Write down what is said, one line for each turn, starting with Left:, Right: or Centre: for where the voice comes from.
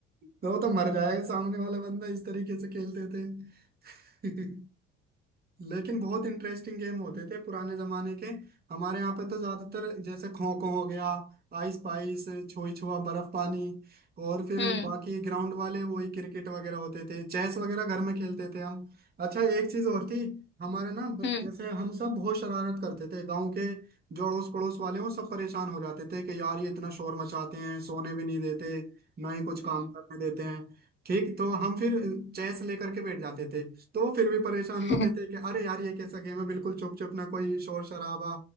Right: तो वो तो मर जाएगा सामने वाला बंदा इस तरीके से खेलते थे <laughs> लेकिन बहुत इंटरेस्टिंग गेम होते थे पुराने जमाने के हमारे यहाँ पे तो ज्यादातर जैसे खो खो हो गया आइस पाइस छुई छुआ बर्फ पानी और फिर
Left: हम्म
Right: बाकी ग्राउंड वाले वही क्रिकेट वगैरह होते थे चेस वगैरह घर में खेलते थे हम अच्छा एक चीज और थी हमारे ना ब-
Left: हम्म
Right: जैसे हम सब बहुत शरारत करते थे गांव के जो अड़ोस पड़ोस वाले हैं, वो सब परेशान हो जाते थे कि यार ये इतना शोर मचाते हैं सोने भी नहीं देते ना ही कुछ काम करने देते हैं। ठीक तो हम फिर चेस लेकर के बैठ जाते थे तो वो फिर भी परेशान होते
Left: हम्म
Right: थे कि अरे यार ये कैसा गेम है बिल्कुल चुप चुप ना कोई शोर शराबा